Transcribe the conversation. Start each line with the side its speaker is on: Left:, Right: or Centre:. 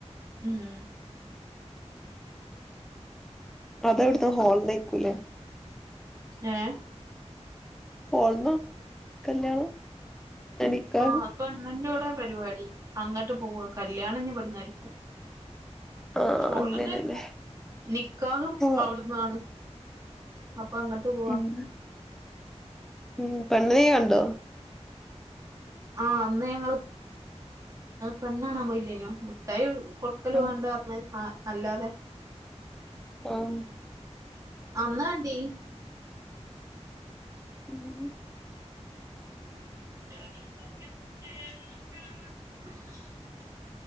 Right: ഉം
Centre: അതവിടന്ന് ഹോൾ ന്നേക്കൂല്ലേ
Right: ഏഹ്
Centre: ഹോൾന്ന കല്യാണം ആ നിക്കാഹ്
Right: ആഹ് അപ്പണ്ണന്റോഡ്ന്ന പരിപാടി അങ്ങോട്ട് പോവ കല്യാണഞ്ഞഞ് പെടുന്നായിരിക്കും
Centre: ആഹ്
Right: ഹോള്ളന്നെ
Centre: അങ്ങനെല്ലേ
Right: ആയിരിക്കും നിക്കാഹും
Centre: ഓഹ്
Right: അവിടന്നാണ് അപ്പ അങ്ങോട്ട് പോവാ
Centre: ഉം ഉം പെണ്ണന കണ്ടോ
Right: ആഹ് അന്ന് ഞങ്ങള് പെണ്ണാണാൻ പോയില്ലേനോ മിട്ടായി കൊടുക്കല്
Centre: ആഹ്
Right: വേണ്ടന്ന് പരഞ് ആ അല്ലാതെ
Centre: ആഹ്
Right: അന്നാ കണ്ടീനി
Centre: ഉം
Right: <unintelligible>